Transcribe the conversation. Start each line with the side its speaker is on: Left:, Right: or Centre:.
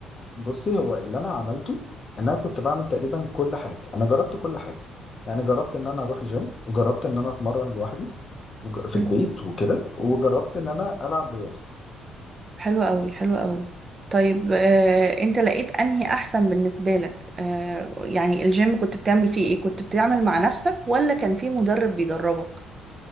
Left: بصي هو اللي انا عملته ان انا كنت بعمل تقريبا كل حاجه انا جربت كل حاجه يعني جربت ان انا اروح جيم وجربت ان انا اتمرن لوحدي وج- في
Right: حلو
Left: البيت
Right: أوي
Left: وكده وجربت ان انا العب رياضه
Right: حلو أوي حلو أوي طيب آه، أنت لقيت أنهي أحسن بالنسبة لك آه، يعني الجيم كنت بتعمل فيه إيه كنت بتعمل مع نفسك ولا كان في مدرب بيدربك